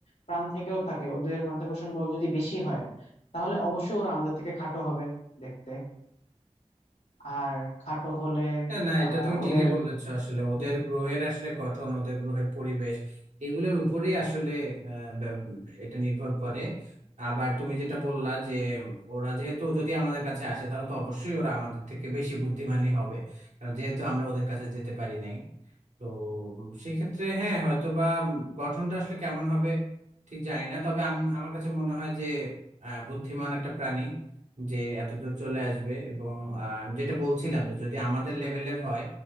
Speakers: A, on the left (about 75°); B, on the right (about 80°).
A: প্রাণ থেকেও থাকে ওদের মাধ্যাকর্ষণ বল যদি বেশি হয় তাহলে অবশ্যই ওরা আমাদের থেকে খাটো হবে দেখতে আর খাটো হলে
B: হ্যাঁ না
A: আহ
B: এটা তুমি
A: ওদের
B: ঠিকই বলেছো আসলে ওদের
A: উম,
B: গ্রহের আসলে গঠন ওদের গ্রহের পরিবেশ এগুলোর উপরেই আসলে আহ, ব্যব- এটা নির্ভর করে আবার তুমি যেটা বললা যে ওরা যেহেতু যদি আমাদের কাছে আসে তাহলে তো অবশ্যই ওরা আমাদের থেকে বেশি বুদ্ধিমানী হবে কারণ যেহেতু আমরা ওদের কাছে যেতে পারি নাই তো উম, সেক্ষেত্রে হ্যাঁ হয়তো বা উম, গঠনটা আসলে কেমন হবে ঠিক জানি না তবে আমি আমার কাছে মনে হয় যে আহ, বুদ্ধিমান একটা প্রাণী যে এত দূর চলে আসবে এবং আহ, আমি যেটা বলছিলাম যে যদি আমাদের লেভেলের হয়